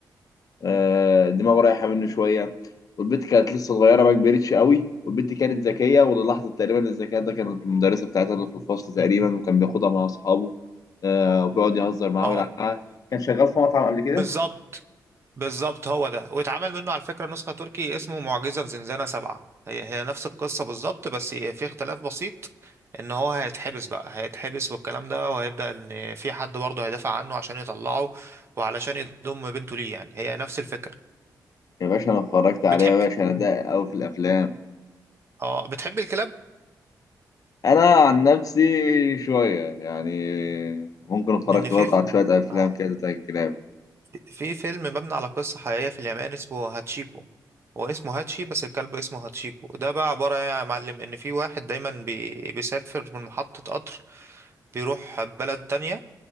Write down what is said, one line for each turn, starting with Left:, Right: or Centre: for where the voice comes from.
Left: آه، دماغه رايحه منه شويه والبنت كانت لسه صغيره ما كبرتش قوي والبنت كانت ذكيه وللحظه تقريبا الذكاء ده كانت المدرسه بتاعتها اللي في الفصل تقريبا وكان بياخدها مع اصحابه آه، وبيقعد يهزر معاها
Right: اه
Left: ويلعب معاها كان شغال في مطعم قبل كده
Right: بالظبط بالظبط هو ده واتعمل منه على فكرة نسخة تركي اسمه معجزة في زنزانة سبعة هي هي نفس القصة بالظبط بس في اختلاف بسيط ان هو هيتحبس بقى هيتحبس والكلام ده وهيبدأ ان في حد برضه هيدافع عنه عشان يطلعه وعلشان يضم بنته ليه يعني هي نفس الفكرة
Left: يا باشا انا اتفرجت عليه
Right: بتحب
Left: يا باشا انا ده قوي في الافلام
Right: اه بتحب الكلاب
Left: انا عن نفسي شويه يعني ممكن اتفرجت
Right: لان في
Left: برضه على شويه افلام
Right: اه
Left: كده بتاع الكلاب
Right: في فيلم مبني على قصة حقيقية في اليابان اسمه هاتشيكو هو اسمه هاتشي بس الكلب اسمه هاتشيكو ده بقى عبارة ايه يا معلم ان في واحد دايما بي... بيسافر من محطة قطر بيروح بلد تانية